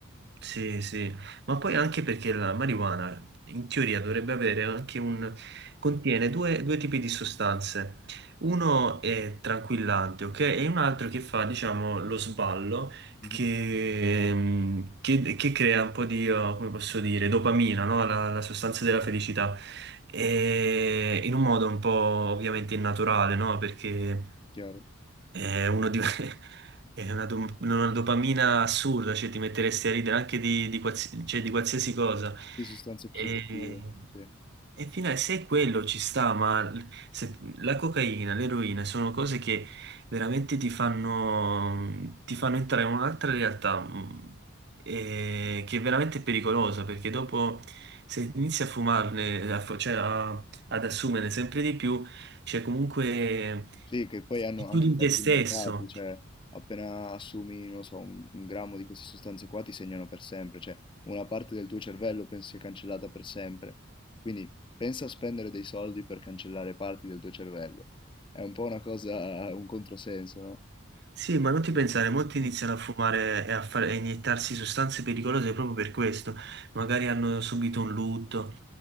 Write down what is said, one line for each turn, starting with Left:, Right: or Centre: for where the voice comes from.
Right: Sì, sì, ma poi anche perché la marijuana in teoria dovrebbe avere anche un... contiene due, due tipi di sostanze. Uno è tranquillante, ok? E un altro che fa, diciamo, lo sballo
Left: Mhm.
Right: che, mm, che- che crea un po' di, oh, come posso dire, dopamina, no? La, la sostanza della felicità. E in un modo un po' ovviamente innaturale, no? Perché
Left: Chiaro?
Right: è, uno di- <laughs> è una, dom- una dopamina assurda, cioè ti metteresti a ridere anche di, di quals- cioè, di qualsiasi cosa.
Left: Sì, sostanze psicoattive,
Right: E,
Left: sì.
Right: e finale, se è quello ci sta, ma l- se- la cocaina, l'eroina sono cose che veramente ti fanno, ti fanno entrare in un'altra realtà mh, e- che è veramente pericolosa, perché dopo se inizi a fumarne, a fu- cioè a- ad assumerne sempre di più, c'è comunque
Left: Sì, che poi hanno anche
Right: chiudi
Left: effetti
Right: in te stesso.
Left: immediati, cioè appena assumi, non so, un, un grammo di queste sostanze qua ti segnano per sempre, cioè una parte del tuo cervello pensi sia cancellata per sempre. Quindi pensa a spendere dei soldi per cancellare parti del tuo cervello. È un po' una cosa, un controsenso, no?
Right: Sì, ma non ti
Left: Sì,
Right: pensare, molti
Left: Eh,
Right: iniziano a fumare e a, fare, a iniettarsi sostanze pericolose proprio per questo. Magari hanno subito un lutto